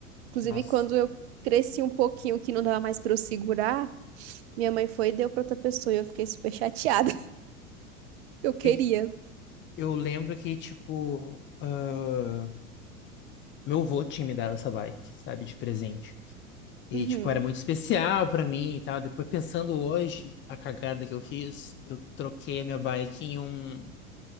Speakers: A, on the right (about 45°); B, on the left (about 25°).
A: Inclusive,
B: Nossa.
A: quando eu cresci um pouquinho, que não dava mais pra eu segurar, minha mãe foi e deu pra outra pessoa, e eu fiquei super chateada, <laughs> porque eu queria.
B: E eu lembro que, tipo, ah, meu avô tinha me dado essa bike, sabe, de presente. E,
A: Uhum,
B: tipo, era muito especial pra mim e tal. Depois, pensando hoje, a cagada que eu fiz, eu troquei a minha bike em um.